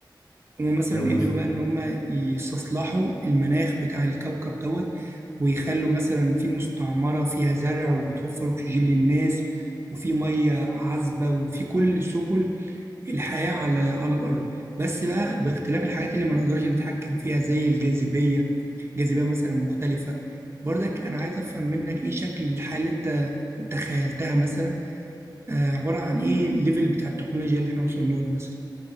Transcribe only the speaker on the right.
هم مثلا
قدروا
بقى ان
هم يستصلحوا المناخ بتاع الكوكب دوت ويخلوا مثلا في مستعمرة فيها زرع وبتوفر اكسجين للناس وفي مية عذبة وفي كل سبل الحياة على على الأرض بس بقى باختلاف الحاجات اللي ما نقدرش نتحكم فيها زي الجاذبية جاذبية مثلا مختلفة برضك أنا عايز أفهم منك إيه شكل الحالة اللي أنت أنت خيلتها مثلا آه، عبارة عن إيه الليفل بتاع التكنولوجيا اللي إحنا وصلنا له مثلا